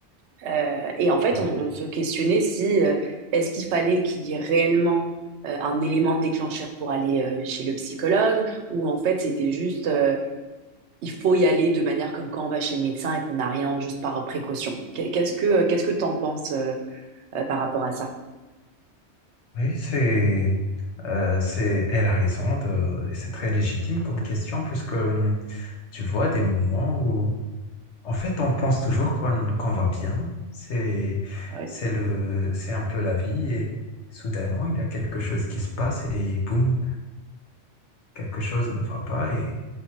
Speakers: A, on the right; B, on the left.
A: Euh, et en fait,
B: Ouais.
A: on, on se questionnait si euh, est-ce qu'il fallait qu'il y ait réellement euh, un élément déclencheur pour aller euh, chez le psychologue ou en fait, c'était juste... euh, il faut y aller de manière comme quand on va chez le médecin et qu'on n'a rien juste par précaution. Qu- Qu'est-ce que euh, qu'est-ce que t'en penses euh, euh, par rapport à ça?
B: Oui, c'est, euh, c'est, elle a raison de, et c'est très légitime comme question puisque hum, tu vois des moments où, en fait, on pense toujours qu'on qu'on va bien. C'est,
A: Ouais.
B: c'est le, c'est un peu la vie et soudainement, il y a quelque chose qui se passe et boum, quelque chose ne va pas et,